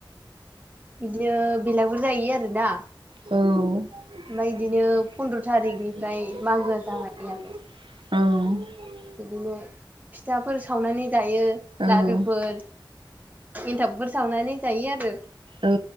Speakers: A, on the right (about 20°); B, on the right (about 90°).
A: बिदिनो बेलागुर जायो आरोना
B: औ
A: ओमफ्राय बिदिनो फन्द्र' थारिखनिफ्राय
B: औ
A: मागोआ जागायो आरो बिदिनो फिथाफोर सावनानै जायो
B: ओं
A: लादुफोर एन्थाबफोर सावनानै जायो आरो
B: औ